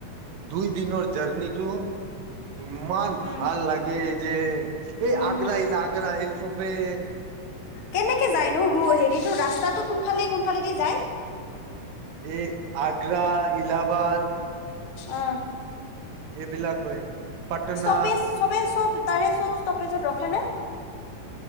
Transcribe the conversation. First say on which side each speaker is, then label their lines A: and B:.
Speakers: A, on the right; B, on the left.
A: দুই দিনৰ জাৰ্নিটো। ইমান
B: উম
A: ভাল লাগে। যে এই
B: উম
A: আগ্ৰা হিল আগ্ৰা হিল। চবেই।
B: কেনেকে যায় নো হেৰিতটো ৰাস্তাটো কোনফালে কোনফালেদি যায়।
A: এই আগ্ৰা। ইলাবাদ,
B: অ,
A: এইবিলাক হয় পাটনা
B: ষ্টপেজ চবেজ চব তাৰে চব ষ্টপেজত ৰখে নে?